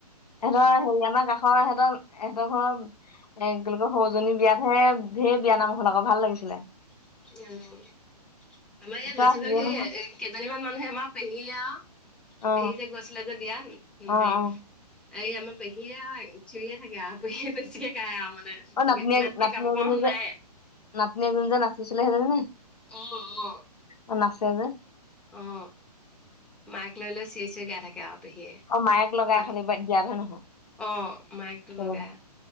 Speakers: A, on the left; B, in the centre.
A: ইহঁতৰ হেৰি আমাৰ কাষৰ এহঁতৰ এহঁতৰ ঘৰৰ এ কি এই সৰুজনী বিয়াতহে ঢেৰ বিয়া নাম হ'ল আকৌ ভাল লাগিছিলে
B: <unintelligible> আমাৰ ইয়াত
A: তই
B: বেছিভাগ
A: আছিলিয়ে
B: সেই
A: নহয়
B: কেইজনীমান মানুহে আমাৰ পেহীয়ে আ
A: অ
B: পেহী যে গছিলে যে বিয়াত
A: অ
B: সেই
A: অ
B: এই আমাৰ পেহীয়ে আৰু চিঞৰিয়ে থাকে আৰু পেহীয়ে বেছিকে গাই আৰু মানে
A: অ নাতিনীয়েক
B: ইমানকে
A: নাতিনী
B: গাম
A: এজনী
B: প
A: যে
B: নাই।
A: নাতিনী এজনী যে নাচিছিলে, সেইজনী নে
B: অ অ
A: অ নাচে যে
B: অ মাইক লৈ লৈ চিঞৰি চিঞৰি গাই থাকে আৰু পেহীয়ে
A: অ মায়েক লগাই
B: বা
A: খালি বিয়াত হয় নহয়
B: অ মাইকটো
A: তোলনি
B: লগাই